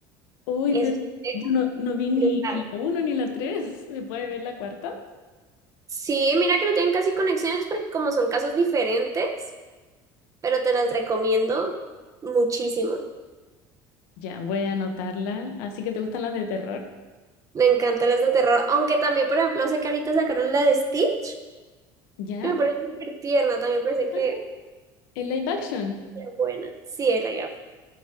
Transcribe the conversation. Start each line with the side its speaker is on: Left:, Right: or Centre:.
Left: Uy,
Right: Eso
Left: pero
Right: es
Left: yo no, no vi ni,
Right: brutal.
Left: ni la uno ni la tres. ¿Se puede ver la cuarta?
Right: Sí, mira que no tienen casi conexiones porque como son casos diferentes, pero te las recomiendo muchísimo.
Left: Ya, voy a anotarla. Así que te gustan las de terror.
Right: Me encantan las de terror, aunque también, por ejemplo, sé que ahorita sacaron la de Stitch.
Left: ¿Ya?
Right: Me parece súper tierna, también pensé que
Left: Ah, ¿En live action?
Right: era buena. Sí, el IAF.